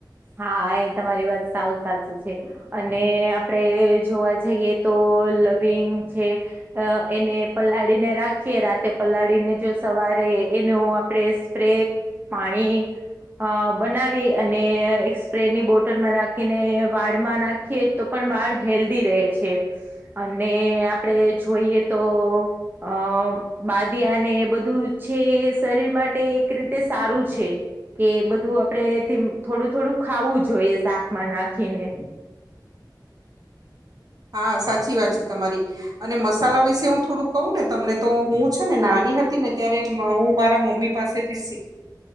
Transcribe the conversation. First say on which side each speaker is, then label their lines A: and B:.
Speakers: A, on the right; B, on the right.
A: હા એ તમારી વાત સાવ સાચી છે. અને આપડે જોવા જઈએ તો લવિંગ છે. અ એને પલાળીને રાખીએ રાતે પલાળીને જો સવારે એનું આપણેે સ્પ્રે પાણી અ બનાવી અને એક સ્પ્રેની બોટલમાં નાખીને વાળમાં નાખીએ તો પણ વાળ હેલ્ધી રહે છે. અને આપણે જોઈએ તો અ બાદીયા ને એ બધું છે. એ શરીર માટે એક રીતે સારું છે. કે બધું આપણેથી થોડું થોડું ખાવું જોઈએ, શાકમાં નાખીને.
B: હા, સાચી વાત છે તમારી. અને મસાલા વિશે હું થોડુંક કહુંને તમને તો હું છેનને નાની હતીને ત્યારે હું મારા મમ્મી પાસેથી શીખી.